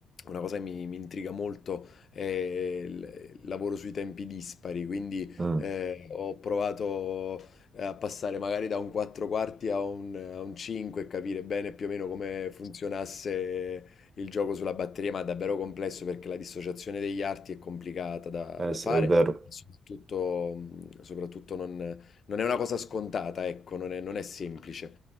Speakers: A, on the left; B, on the right.
A: una cosa che mi, mi intriga molto è il il lavoro sui tempi dispari, quindi
B: Mm,
A: eh, ho provato eh, a passare magari da un 4 quarti a un, a un 5 e capire bene più o meno come funzionasse il gioco sulla batteria, ma è davvero complesso perché la dissociazione degli arti è complicata da,
B: eh,
A: da
B: sì,
A: fare.
B: è vero,
A: e Soprattutto, mh, soprattutto non, non è una cosa scontata, ecco, non è, non è semplice.